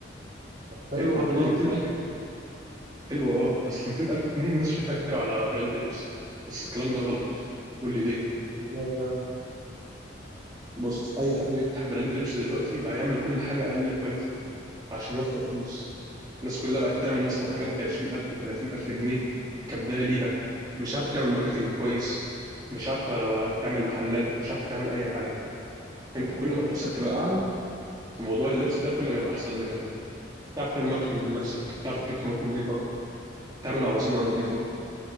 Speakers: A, on the right; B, on the right.
A: حلو
B: حلو هتقول
A: والله
B: لي 200000 حلو اه بس 200000 جنيه الناس شايفاها كتير على براند لبس بس الكلام ده غلط قول لي ليه
A: ازاي بقى
B: بص اي حد بيفتح براند لبس دلوقتي بقى يعمل كل حاجه اقل كواليتي عشان يوفر فلوس الناس كلها بقت تعمل مثلا حاجات ب 20000 و30000 جنيه كبدايه ليها مش عارفه تعمل ماركتنج كويس مش عارفه تعمل محلات مش عارفه تعمل اي حاجه فانت كل ما فلوسك تبقى اعلى في موضوع اللبس ده كل ما يبقى احسن لك انت تعرف تعمل ماركتنج لنفسك تعرف تجيب خامات نظيفه تتعامل مع مصانع نظيفه